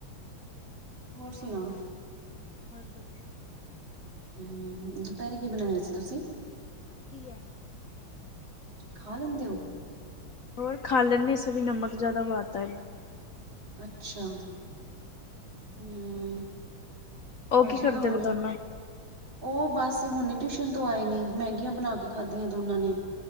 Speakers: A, on the right; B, on the left.
A: ਹੋਰ ਸੁਣਾਓ?
B: ਬਹੁਤ ਵਧੀਆ।
A: ਹਮ ਦੁਪਹਿਰੇ ਕੀ ਬਣਾਇਆ ਸੀ ਤੁਸੀਂ?
B: ਕੀ ਹੈ।
A: ਖਾ ਲੈਂਦੇ ਹੋ?
B: ਹੋਰ ਖਾ ਲੈਂਦੇ ਇਸ ਵਾਰ ਨਮਕ ਜਿਆਦਾ ਪਾ ਤਾ ਇਹਨਾਂ ਨੂੰ।
A: ਅੱਛਾ। ਹਮ।
B: ਉਹ
A: ਆ
B: ਕੀ
A: ਜਾਏਗਾ
B: ਕਰਦੇ
A: ਹੁਣੇ
B: ਪਏ ਦੋਨੋਂ
A: ਉਹ ਬਸ ਹੁਣੇ ਟਿਊਸ਼ਨ ਤੋਂ ਆਏ ਨੀ ਮੈਗੀਆਂ ਬਣਾ ਕੇ।
B: ਅੱਛਾ
A: ਕੇ ਖਾਧੀਆਂ
B: ਅੱਛਾ
A: ਦੋਨਾਂ ਨੇ।